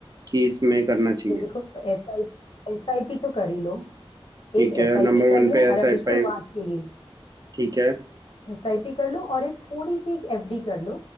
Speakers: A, on the right (about 40°); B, on the left (about 60°).
A: कि इसमें करना चाहिए
B: देखो S I S I P तो कर ही लो
A: ठीक
B: एक
A: है
B: एस आई
A: नंबर
B: पी कर
A: वन
B: लो
A: पे एस
B: और अभी
A: आई
B: शुरुआत
A: पी
B: के लिए
A: ठीक है
B: एसआईपी कर लो और एक थोड़ी सी एक एफडी कर लो